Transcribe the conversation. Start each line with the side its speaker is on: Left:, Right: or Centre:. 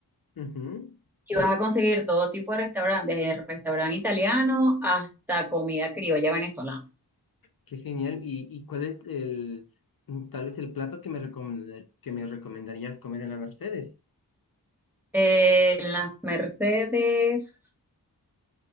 Left: Ujú,
Centre: Y vas a conseguir todo tipo de restaurantes, desde restaurante italiano hasta comida criolla venezolana.
Left: Qué genial. ¿Y, y cuál es el, mm, tal vez el plato que me recomenda- que me recomendarías comer en la Mercedes?
Centre: Eh, en las Mercedes.